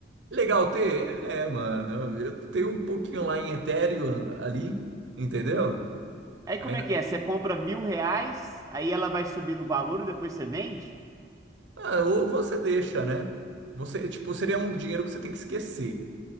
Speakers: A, on the right (about 75°); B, on the right (about 20°).
A: legal ter? É, mano, eu tenho um pouquinho lá em Ethereum ali, entendeu?
B: Aí
A: Ainda...
B: como é que é? Você compra mil reais, aí ela vai subir no valor e depois você vende?
A: Ah, ou você deixa, né? Você, tipo, seria um dinheiro que você tem que esquecer,